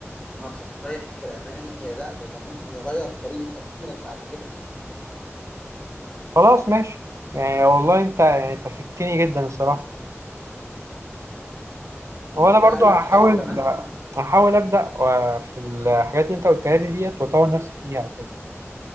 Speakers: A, on the left (about 20°); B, on the right (about 75°).
A: نصايح كلامية لا ده ده ممكن يغير طريقة تفكيرك بعد كده
B: خلاص ماشي يعني والله انت يعني انت فدتني جدا الصراحه
A: مم،
B: وانا
A: ده
B: برضو
A: لا
B: هحاول
A: حلو كمان
B: هحاول ابدا و- في الحاجات اللي انت قلتها لي ديت واطور نفسي فيها وكده